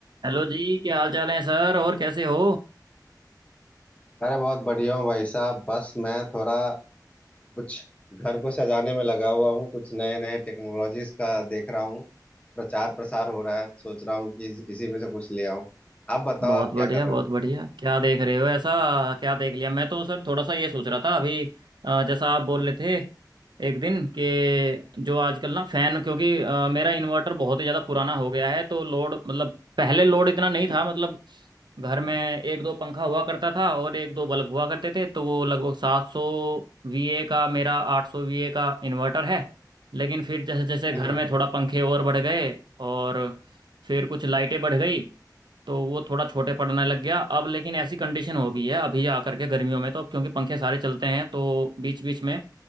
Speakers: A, on the right; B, on the left.
A: Hello जी क्या हाल चाल है सर और कैसे हो
B: अरे बहुत बढ़िया हूँ भाई साहब बस मैं थोड़ा कुछ घर को सजाने में लगा हुआ हूँ कुछ नए नए टेक्नोलॉजीज का देख रहा हूँ प्रचार प्रसार हो रहा है सोच रहा हूँ कि इस, इसी में से कुछ ले आऊँ आप बताओ
A: बहुत
B: आप
A: बढ़िया
B: क्या कर रहे
A: बहुत
B: हो
A: बढ़िया क्या देख रहे हो ऐसा क्या देख लिया मैं तो सर थोड़ा सा ये सोच रहा था अभी अ, जैसा आप बोल रहे थे एक दिन कि जो आजकल ना फैन क्योंकि अ, मेरा इन्वर्टर बहुत ही ज़्यादा पुराना हो गया है तो लोड मतलब पहले लोड इतना नहीं था मतलब घर में एक दो पंखा हुआ करता था और एक दो बल्ब हुआ करते थे तो वो लगभग सात सौ वीए का मेरा आठ सौ वीए का इन्वर्टर है लेकिन फिर जैसे जैसे घर
B: हम्म हम्म,
A: में
B: हम्म।
A: थोड़ा पंखे और बढ़ गए और फिर कुछ लाइटें बढ़ गई तो वो थोड़ा छोटे पड़ने लग गया अब लेकिन ऐसी कंडीशन हो गई है अभी आकर के गर्मियों में तो अब क्योंकि पंखे सारे चलते हैं तो बीच बीच में